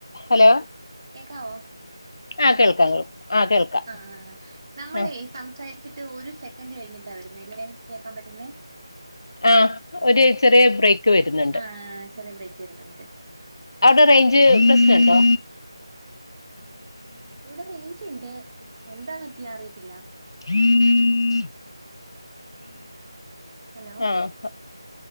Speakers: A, on the left; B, on the right.
A: Hello
B: കേക്കാവോ hello
A: ആ കേൾക്കാം ആ കേൾക്കാം
B: ആ നമ്മള
A: ആ
B: സംസാരിച്ചിട്ട് ഇ് ഒരു സെക്കൻഡ് കഴിഞ്ഞിട്ടാ വരുന്നേ അല്ലേ കേൾക്കാൻ പറ്റുന്നേ
A: ആ ഒരു ചെറിയ ബ്രേക്ക് വരുന്നുണ്ട്
B: ആ ചെറിയ ബ്രേക്ക് വരുന്നുണ്ട്
A: അവിടെ റേഞ്ച് പ്രശ്നുണ്ടോ
B: എവിടെ മേഞ്ചുണ്ട് എന്താ കത്തി അറിയത്തില്ല
A: ഹം
B: ഹലോ
A: ആഹ